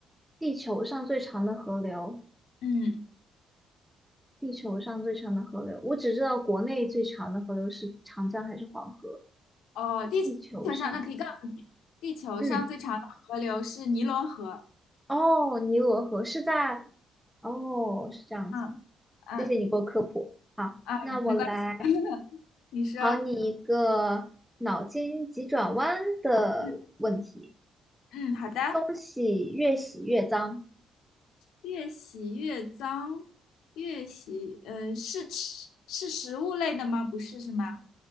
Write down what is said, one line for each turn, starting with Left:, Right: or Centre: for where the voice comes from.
Centre: 地球上最长的河流，
Left: 嗯，
Centre: 地球上最长的河流，我只知道国内最长的河流是长江还是黄河。
Left: 哦，地球上那可以告诉你，
Centre: 地球上，
Left: 地球上最长的河流是尼罗河。
Centre: 嗯，哦，尼罗河是在，哦，是这样子。
Left: 嗯嗯
Centre: 谢谢你给我科普。好，
Left: 啊，
Centre: 那我来
Left: 没关系，<laughs> 你说。
Centre: 考你一个脑筋急转弯的问题：
Left: 嗯嗯，好的。
Centre: 洗越洗越脏。
Left: 越洗越脏，越洗，呃，是吃是食物类的吗？不是是吗？